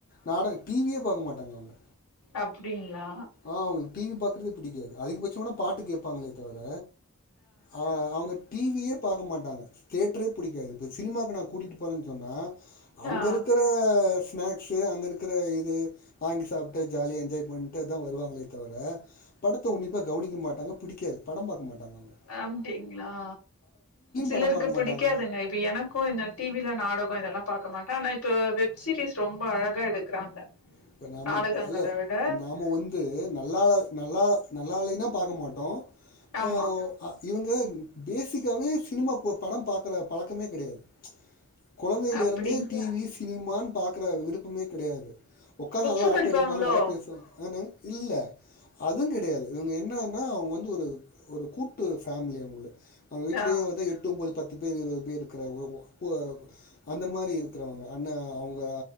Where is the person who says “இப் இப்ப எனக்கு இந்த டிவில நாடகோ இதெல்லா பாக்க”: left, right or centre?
Left